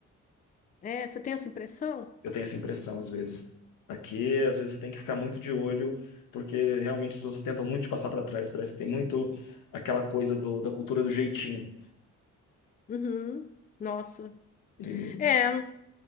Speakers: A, on the left; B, on the left.
A: É, você tem essa impressão?
B: Eu tenho essa impressão às vezes. Aqui, às vezes, você tem que ficar muito de olho, porque realmente as pessoas tentam muito te passar para trás. Parece que tem muito aquela coisa do, da cultura do jeitinho.
A: Uhum. Nossa.
B: E,
A: É,